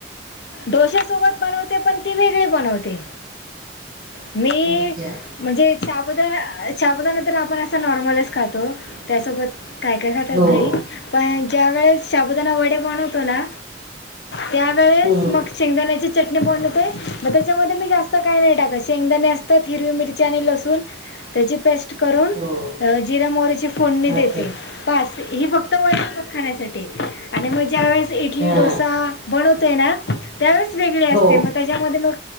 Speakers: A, on the left; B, on the right.
A: डोश्यासोबत बनवते पण ती वेगळी बनवते मी
B: अच्छा
A: म्हणजे चाबूदाणा चाबूदाणा तर आपण असं नॉर्मलच खातो त्यासोबत काय काय खातात
B: हो
A: दही पण ज्या वेळेस शाबुदाना वडे बनवतो ना त्यावेळेस
B: हं,
A: मग शेंगदाण्याची चटणी बनवते म त्याच्यामध्ये मी जास्त काय नाही टाकत शेंगदाणे असतात हिरवी मिर ची आणि लसूण त्याची पेस्ट करून
B: हो
A: अ जिरे, मोहरीची ची फोडणी
B: अच्छा
A: देते पास ही फक्त वडया सोबत खाण्यासाठी आणि मग ज्याळेस इडली
B: हा
A: डोसा बनवतो आहे ना त्या वेळीस वेगळी असते
B: हो
A: मग त्या त्यामध्ये मग